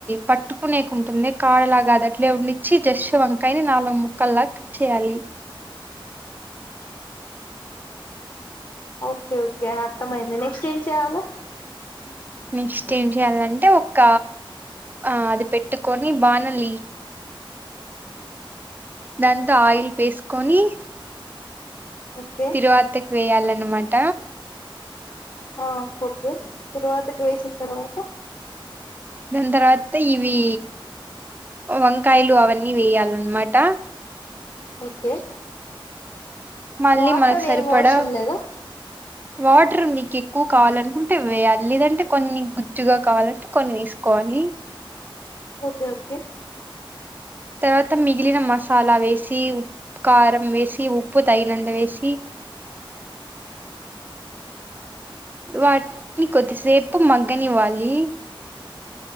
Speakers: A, on the right; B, on the left.
A: పట్టుకునేకి ఉంటుంది కాడలాగా అది అట్లే ఉండించిి జస్ వంకాయని నాలుగ ము కలాక్ చేయాలి
B: ఓకే ఓకే అర్థమయింది నెక్స్ట్ ఏం చేయాలా
A: నెక్స్ట్ ఏం చెయాలంటే ఒక ఆ అది పెట్టుకొని బానలి దాంతో ఆయిల్ వేసుకొని
B: ఓకే
A: తిరువాతకి వేయాలన్నమాట
B: ఆ ఓకే తిరువాతకి వేసిన తర్వాత
A: దని తర్వాత ఇవి వంకాయలు అవన్నీ వేయాలన్నమాట
B: ఓకే
A: మళ్ళీ
B: వాటర్
A: మనకు సరిపడా
B: ఏం అవసరం లేదా
A: వాటర్ నీకి ఎక్కువ కావాలినుకుంటే వేయాల లేదంటే కొన్ని గుజ్జుగా కావాలంటే కొన్ని వేసుకోవాలి లి
B: ఓకే ఓకే
A: తర్వాత మిగిలిన మసాలా వేసి ఉకారం వేసి ఉ ఉప్పు తగినంత వేసి వాటిని కొద్దిసేపు మగ్గని ఇవ్వాలి